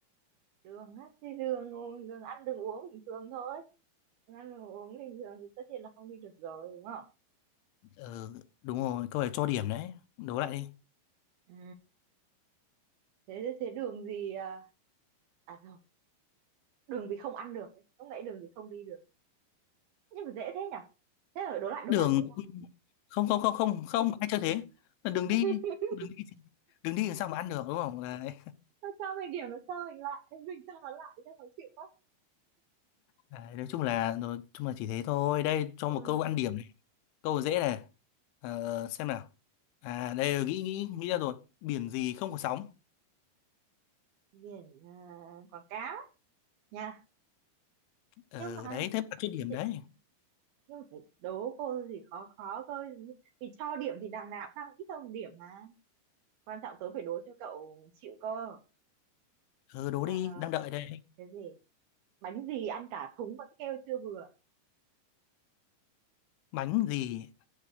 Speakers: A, on the right; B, on the left.
A: đường á thì đường đường ăn đường uống bình thường thôi đường ăn đường uống bình thường thì tất nhiên là không đi được rồi đúng không
B: ừ, đúng rồi câu này cho điểm đấy đố lại đi
A: ừ. thế thế đường gì à, à rồi đường gì không ăn được ấy. lúc nãy đường gì không đi được nhưng mà dễ thế nhỉ thế là đố lại đố
B: đường
A: lại đố lại
B: không không không không không ai chơi thế là đường đi
A: <laughs>
B: đường đi đường đi làm sao mà ăn được đúng không Đấy.
A: Sao cho mình điểm nó cho mình lại <laughs> mình cho nó lại cho khó chịu quá
B: Đấy, nói chung là nói chung là chỉ thế thôi. Đây cho
A: ừ.
B: một câu ăn điểm này. Câu dễ này. Ờ, xem nào. À đây nghĩ nghĩ nghĩ ra rồi. Biển gì không có sóng?
A: biển à, quảng cáo nha
B: Ờ
A: nhưng mà
B: đấy thế mà chút điểm
A: chị-
B: đấy.
A: nhưng mà phải đố cô gì khó khó cơ vì cho điểm thì đằng nào cũng đang ít hơn điểm mà quan trọng tớ phải đố cho cậu chịu cơ
B: Ờ đố
A: à,
B: đi, đang đợi đây.
A: cái gì bánh gì ăn cả thúng vẫn kêu chưa vừa
B: Bánh gì?